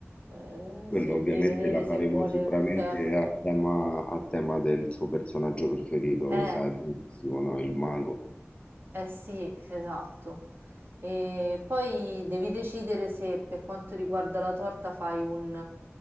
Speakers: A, on the right; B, on the left.
A: eh,
B: Quello
A: sì,
B: ovviamente
A: devi vedere
B: la
A: se
B: faremo
A: vuole
B: sicuramente
A: un tema.
B: a tema, a tema del suo personaggio preferito,
A: Eh,
B: lo sai benissimo, no? Il mago.
A: eh sì, esatto. E poi devi decidere se per quanto riguarda la torta fai un,